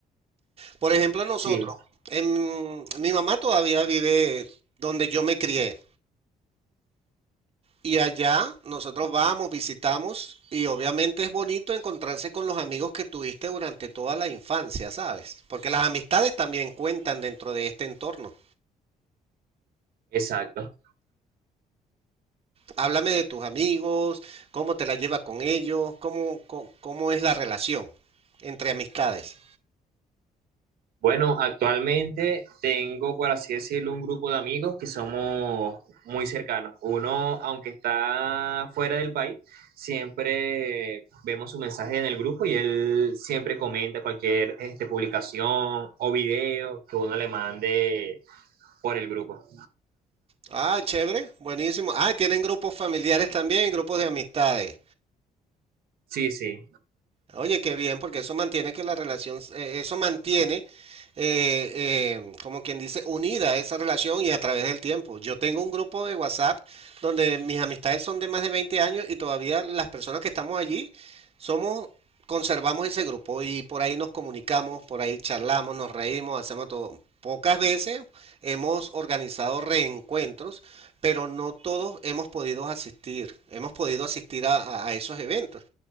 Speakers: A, on the right; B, on the right.
A: Por ejemplo, nosotros,
B: Sí,
A: en, mi mamá todavía vive donde yo me crié. Y allá nosotros vamos, visitamos y obviamente es bonito encontrarse con los amigos que tuviste durante toda la infancia, ¿sabes? Porque las amistades también cuentan dentro de este entorno.
B: exacto.
A: Háblame de tus amigos, cómo te la llevas con ellos, cómo, cómo, cómo es la relación entre amistades.
B: Bueno, actualmente tengo, por así decirlo, un grupo de amigos que somos muy cercanos. Uno, aunque está fuera del país, siempre vemos su mensaje en el grupo y él siempre comenta cualquier este, publicación o video que uno le mande por el grupo.
A: Ah, chévere, buenísimo. Ah, tienen grupos familiares también, grupos de amistades.
B: Sí, sí,
A: Oye, qué bien, porque eso mantiene que la relación, eh, eso mantiene, eh, eh, como quien dice, unida esa relación y a través del tiempo. Yo tengo un grupo de WhatsApp donde mis amistades son de más de 20 años y todavía las personas que estamos allí somos, conservamos ese grupo y por ahí nos comunicamos, por ahí charlamos, nos reímos, hacemos todo. Pocas veces hemos organizado reencuentros, pero no todos hemos podido asistir, hemos podido asistir a a- a esos eventos.